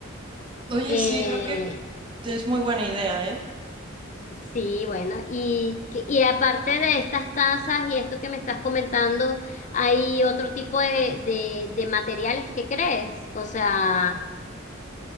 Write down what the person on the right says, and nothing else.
Oye,
sí, creo que es muy buena idea, ¿eh?